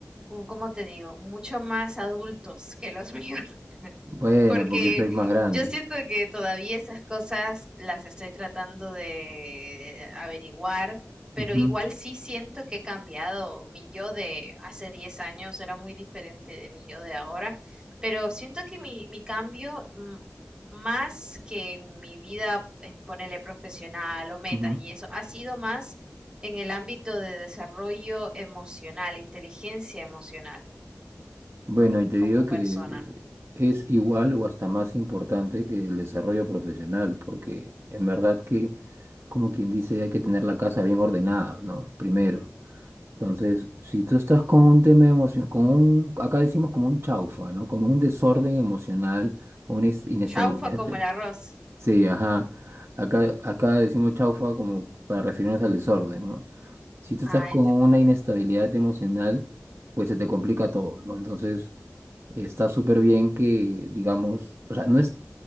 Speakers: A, on the right; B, on the right.
A: uh, ¿cómo te digo? Mucho más adultos que los <laughs> míos.
B: Bueno,
A: Porque
B: porque soy más grande.
A: yo siento que todavía esas cosas las estoy tratando de averiguar, pero
B: Ujú,
A: igual sí siento que he cambiado. Mi yo de hace 10 años era muy diferente de mi yo de ahora, pero siento que mi, mi cambio, mm, más que en mi vida, eh, ponele profesional o metas
B: ujú.
A: y eso, ha sido más en el ámbito de desarrollo emocional, inteligencia emocional
B: Bueno, y te
A: como
B: digo que
A: persona.
B: es igual o hasta más importante que el desarrollo profesional, porque en verdad que... como quien dice, hay que tener la casa bien ordenada, ¿no? Primero. Entonces, si tú estás con un tema emocional, con un, acá decimos como un chaufa, ¿no? Como un desorden emocional, una ins- inestabilidad.
A: Chaufa como
B: eh,
A: el arroz.
B: Sí, ajá. Acá, acá decimos chaufa como para referirnos al desorden, ¿no? Si tú
A: Ah,
B: estás con una inestabilidad emocional, pues se te complica todo, ¿no? Entonces, está súper bien que, digamos, o sea, no es,